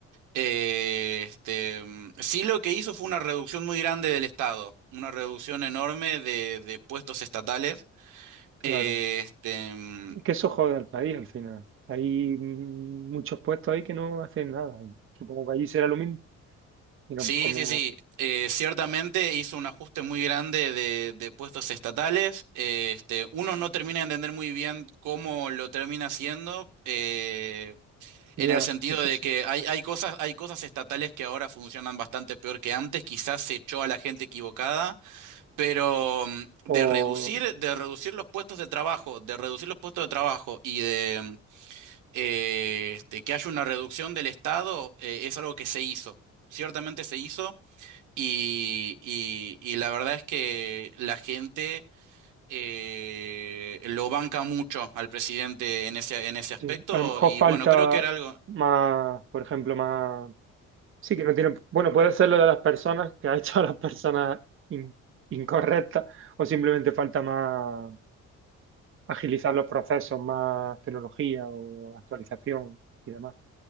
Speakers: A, on the right (about 85°); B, on the right (about 45°).
A: Eh, este, mm, sí lo que hizo fue una reducción muy grande del Estado, una reducción enorme de, de puestos estatales.
B: claro.
A: eh, este, mm,
B: que eso jode al país al final. Hay mm, muchos puestos ahí que no hacen nada. y supongo que allí será lo mismo. Y no,
A: Sí,
B: como,
A: sí, sí. Eh, ciertamente hizo un ajuste muy grande de, de puestos estatales. Eh, este, uno no termina de entender muy bien cómo lo termina haciendo, eh,
B: ya,
A: en el sentido
B: eso
A: de
B: sí.
A: que hay, hay cosas, hay cosas estatales que ahora funcionan bastante peor que antes. Quizás se echó a la gente equivocada, pero mm, de
B: O
A: reducir, de reducir los puestos de trabajo, de reducir los puestos de trabajo y de mm, eh, este, que haya una reducción del Estado, eh, es algo que se hizo. Ciertamente se hizo. Y, y- y la verdad es que la gente eh, lo banca mucho al presidente en ese, en ese aspecto.
B: sí, a lo mejor
A: Y
B: falta
A: bueno, creo que era algo.
B: más, por ejemplo, más. Sí, que no tiene. Bueno, puede ser lo de las personas, que ha <laughs> hecho a las personas in- incorrectas, o simplemente falta más agilizar los procesos, más tecnología o actualización y demás,